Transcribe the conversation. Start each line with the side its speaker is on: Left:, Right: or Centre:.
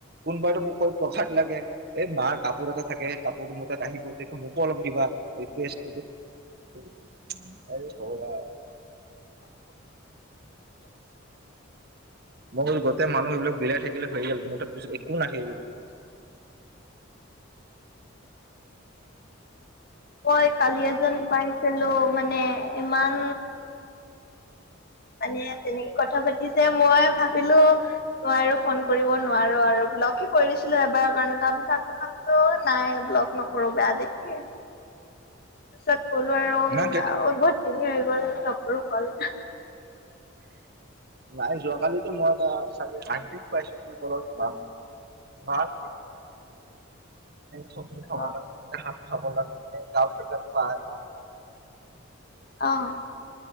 Right: কোনবাৰে মোক কৈ প্ৰসাদ লাগে এ মাৰ কাপোৰ এটা থাকে কাপোৰটো মোৰ তাত আহিব সেই মোকো অলপ দিবা ৰিকুৱেষ্ট <unintelligible> হে ভগবান মোৰ গোটেই মানুহ সেইবিলাক বিলাই থাকিলে হৈৰি গল মোৰ তাৰ পিছত একো নাহে ।
Left: ঐ কালি এজন পাইছিলো মানে ইমান মানে তেনেকে কথা পাতিছে মই ভাবিলো তই আৰু ফোন কৰিব নোৱাৰো আৰু ব্লক হে কৰি দিছিলো এবাৰ কাৰণে। তাৰপিছত আকৌ নাই ব্লগ নক বৰ বেয়া দেখে পিছত ক'লো আৰু অ
Right: না কেইটা
Left: বহুত এনে হৈ গ'ল নকৰোঁ। অকল
Right: নাই যোৱাকালি টো যে মই আটা চ আটিক পাইছ তম বল ব মান চবজ খাব
Left: অ।
Right: লাগে। খাবলৈ লাগে পায়।
Left: আহ।